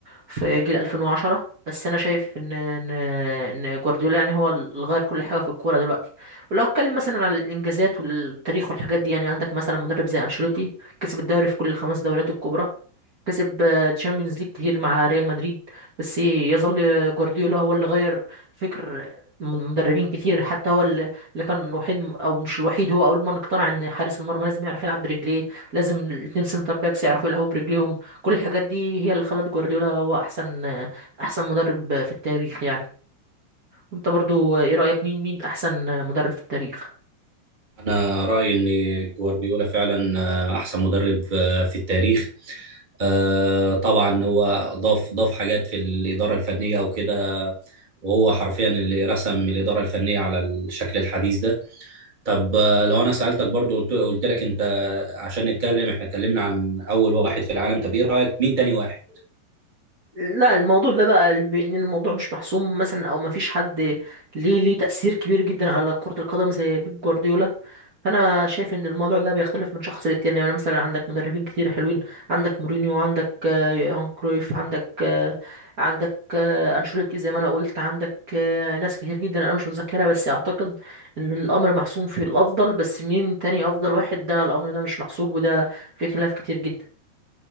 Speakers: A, on the right; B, on the right.
A: في جيل 2010 بس انا شايف ان ان ان جوارديولا يعني هو اللي غير كل حاجه في الكوره دلوقتي ولو اتكلم مثلا على الانجازات والتاريخ والحاجات دي يعني عندك مثلا مدرب زي انشيلوتي كسب الدوري في كل الخمس دوريات الكبرى كسب تشامبيونز ليج كتير مع ريال مدريد بس يظل جوارديولا هو اللي غير فكر مدربين كتير حتى هو اللي اللي كان الوحيد او مش الوحيد هو اول من اقتنع ان حارس المرمى لازم يعرف يلعب برجليه لازم الاتنين سنتر باكس يعرفوا يلعبوا برجليهم كل الحاجات دي هي اللي خلت جوارديولا هو احسن احسن مدرب في التاريخ يعني انت برضو ايه رأيك مين مين احسن مدرب في التاريخ
B: انا رايي ان جوارديولا فعلا آه، احسن مدرب آه، في التاريخ آه، طبعا هو ضاف ضاف حاجات في الاداره الفنيه وكده وهو حرفيا اللي رسم الاداره الفنيه على الشكل الحديث ده طب آه، لو انا سالتك برضو قلت قلت لك انت عشان نتكلم احنا اتكلمنا عن اول واحد في العالم طب ايه رايك مين تاني واحد
A: لا الموضوع ده بقى بان الموضوع مش محسوم مثلا او ما فيش حد ليه ليه تأثير كبير جدا على كرة القدم زي بيب جوارديولا فانا شايف ان الموضوع ده بيختلف من شخص للتاني يعني مثلا عندك مدربين كتير حلوين عندك مورينيو عندك آه، يوهان كرويف عندك آه، عندك آه، انشيلوتي زي ما انا قلت عندك آه، ناس كتير جدا انا مش متذكرها بس اعتقد ان الامر محسوم في الافضل بس مين تاني افضل واحد ده الامر ده مش محسوب وده في خلاف كتير جدا